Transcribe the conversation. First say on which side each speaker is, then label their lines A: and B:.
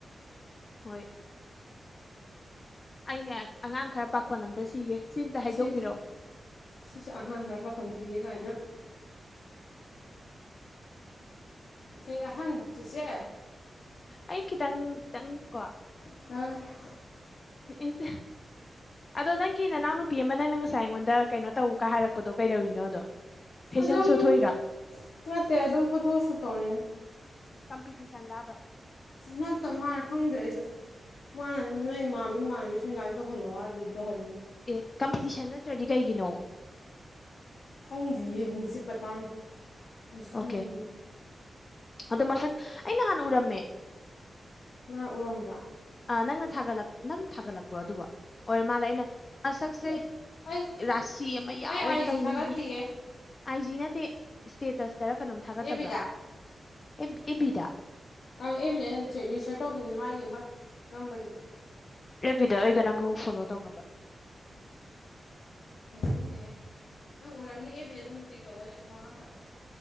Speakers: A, on the left; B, on the left.
A: ꯍꯣꯏ ꯑꯩꯅꯦ ꯑꯉꯥꯡ ꯈꯔ ꯄꯈꯣꯟ ꯑꯝꯇ ꯁꯤꯒꯦ ꯑꯝꯇ ꯍꯥꯏꯗꯣꯛꯄꯤꯔꯛꯑꯣ
B: ꯁꯤ ꯁꯤꯁꯨ ꯑꯉꯥꯡ ꯈꯔ ꯄꯥꯈꯣꯟꯁꯤꯒꯦ ꯀꯥꯏꯅ ꯑꯦ ꯑꯍꯟ ꯆꯦꯆꯦ
A: ꯑꯩ ꯈꯤꯇꯪ ꯇꯪ ꯀꯣ
B: <inaudible>
A: ꯏꯁ ꯏꯁ ꯑꯗꯣ ꯅꯪꯒꯤ ꯅꯅꯥꯎ ꯅꯨꯄꯤ ꯑꯃ ꯅꯪꯅ ꯉꯁꯥꯏ ꯑꯩꯉꯣꯟꯗ ꯀꯩꯅꯣ ꯇꯧ ꯀ ꯍꯥꯏꯔꯛꯄꯗꯣ ꯀꯩꯗꯧꯔꯤꯅꯣ ꯑꯗꯣ ꯐꯦꯁꯟ
B: ꯑꯗꯨꯝ
A: ꯁꯣ ꯊꯣꯛꯏꯔꯣ
B: ꯅꯠꯇꯦ ꯑꯗꯨꯝ ꯐꯣꯇꯣꯁꯨꯠ ꯇꯧꯔꯤꯅꯤ
A: ꯀꯝꯄꯤꯇꯤꯁꯟ ꯂꯕ
B: ꯅꯠꯇ ꯃꯅꯦ ꯈꯪꯗꯦ ꯑꯩꯁꯨ ꯃꯅ ꯅꯣꯏ ꯏꯃꯥꯟꯅꯕ ꯏꯃꯥꯟꯅꯕꯤ ꯁꯤꯡ <unintelligible> ꯇꯧꯍꯨꯟꯂꯛꯑꯣ ꯍꯥꯏꯕꯗꯨꯗ ꯇꯧꯍꯜꯂꯤꯅꯤ꯫
A: ꯑꯦ ꯀꯝꯄꯤꯇꯤꯁꯟ ꯅꯠꯇ꯭ꯔꯗꯤ ꯀꯩꯒꯤꯅꯣ
B: ꯈꯪꯗꯤꯌꯦ ꯃꯨꯖꯦ ꯄꯇꯥꯅꯍꯤ ꯑꯩꯁꯨ ꯈꯪꯗꯤꯌꯦ
A: ꯑꯣꯀꯦ ꯑꯗꯣ ꯃꯁꯛ ꯑꯩꯅ ꯍꯥꯟꯅ ꯎꯔꯝꯃꯦ
B: <unintelligible> ꯎꯔꯝꯕ꯭ꯔꯣ
A: ꯑꯥ ꯅꯪꯅ ꯊꯒꯠꯂꯛ ꯅꯪꯅ ꯊꯒꯠꯂꯛꯄ꯭ꯔꯣ ꯑꯗꯨꯕꯣ ꯑꯣꯏꯔꯃꯥꯜꯂꯦ ꯑꯩꯅ ꯃꯁꯛꯁꯦ
B: ꯑꯩ
A: ꯔꯁꯤ ꯑꯃ ꯌꯥꯎꯋꯦ
B: ꯑꯩ ꯑꯥꯏ
A: ꯀꯩꯅꯣ
B: ꯖꯤ ꯊꯥꯒꯠꯇꯤꯌꯦ
A: ꯑꯥꯏ ꯖꯤ ꯅꯠꯇꯦ ꯏꯁꯇꯦꯇꯁꯇꯔ ꯀꯩꯅꯣꯝ ꯊꯒꯠꯇꯕ꯭ꯔꯥ
B: ꯑꯦꯕꯤꯗ
A: ꯑꯦꯞ ꯕꯤꯗ
B: ꯑꯪ ꯑꯦꯞꯕꯤꯗ ꯑꯩꯅ ꯔꯤꯁꯦꯌꯔ ꯇꯧꯈꯤꯕꯅꯦ ꯃꯥꯒꯤ ꯑꯃ ꯅꯝꯕꯒꯤꯗꯣ
A: ꯑꯦꯞ ꯕꯤꯗ ꯅꯪꯒ ꯑꯩꯒꯕꯨ ꯐꯣꯂꯣ ꯇꯧꯅꯕ
B: ꯈꯪꯗꯦꯍꯦ ꯅꯪ ꯎꯔꯝꯅꯤ ꯑꯦꯞ ꯕꯤ ꯑꯗꯨꯝ ꯇꯦꯛ ꯇꯧꯕ ꯊꯥꯒꯅ